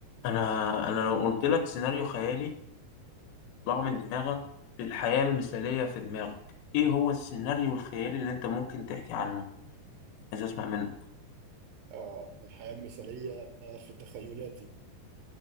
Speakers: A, on the left; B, on the right.
A: انا انا لو قلت لك سيناريو خيالي طلع من دماغك في الحياة المثالية في دماغك ايه هو السيناريو الخيالي اللي انت ممكن تحكي عنه عايز اسمع منك
B: اه الحياة المثالية في تخيلاتي